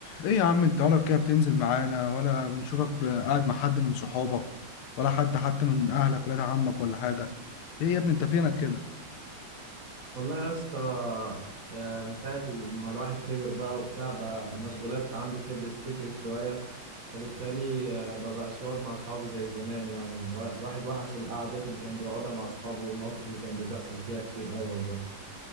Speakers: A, on the left; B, on the right.
A: ايه يا عم انت ولا كده بتنزل معانا ولا بنشوفك ب- قاعد مع حد من صحابك ولا حد حتى من اهلك ولاد عمك ولا حاجه ايه يا ابني انت فينك كده
B: والله يا اسطى آه، من ساعة ما الواحد كبر بقى وبتاع بقى مشغولات عنده كبرت كترت شوية فبالتالي آه، مبقاش يقعد مع أصحابه زي زمان يعني الواحد وحشه القعدات اللي كان بيقعدها مع أصحابه والمواقف اللي كانت بتحصل فيها كتير أوي والله